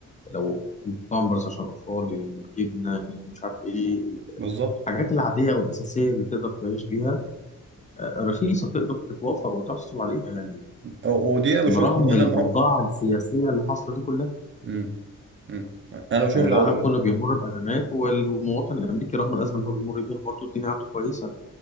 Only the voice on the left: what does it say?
لو البامبرز عشان الأطفال الجبنة مش عارف إيه
الحاجات العادية والأساسية اللي تقدر تعيش بيها آه، رخيصة تقدر تتوفر وتحصل عليها يعني
برغم
الأوضاع
السياسية اللي حاصلة دي كلها
يعني
العالم كله بيمر بأزمات والمواطن الأمريكي رغم الأزمة اللي هو بيمر بيها برضه الدنيا عنده كويسة